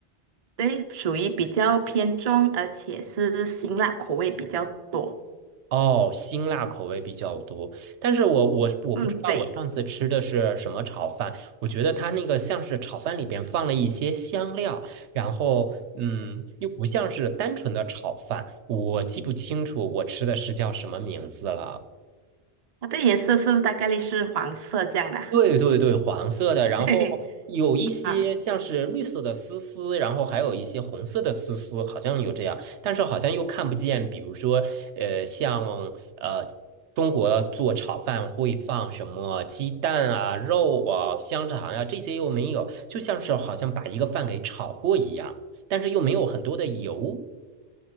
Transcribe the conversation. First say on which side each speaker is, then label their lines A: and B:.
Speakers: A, on the right; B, on the right.
A: 对，属于比较偏重，而且是辛辣口味比较多。
B: 哦，辛辣口味比较多，但是我我我不知道我上次吃的是什么炒饭，
A: 嗯，对，
B: 我觉得它那个像是炒饭里边放了一些香料，然后嗯，又不像是单纯的炒饭，我记不清楚我吃的是叫什么名字了。
A: 它的颜色是不是大概率是黄色这样的啊？
B: 对对对，黄色的，然后有一些像是绿色的丝丝，
A: <laughs> 嘿嘿，啊，
B: 然后还有一些红色的丝丝，好像有这样，但是好像又看不见。比如说，呃，像呃，中国做炒饭会放什么鸡蛋啊、肉啊、香肠呀、这些又没有，就像是好像把一个饭给炒过一样，但是又没有很多的油。